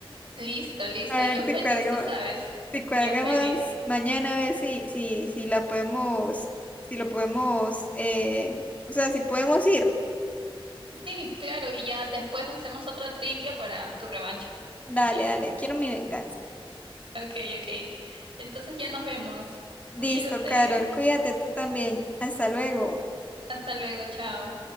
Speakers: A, on the right; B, on the left.
A: Listo, listo.
B: A ver
A: Yo feliz,
B: si cuadramos,
A: tú sabes.
B: si cuadramos
A: Yo feliz.
B: mañana, a ver si, si, si la podemos, si lo podemos, eh, o sea, si podemos ir.
A: Sí, claro, y ya después hacemos otra trivia para tu revancha
B: Dale,
A: también.
B: dale, quiero mi venganza.
A: Ok, ok. Entonces ya nos vemos.
B: Listo,
A: Cuídate.
B: Carol, cuídate tú también. Hasta luego.
A: Hasta luego, chao.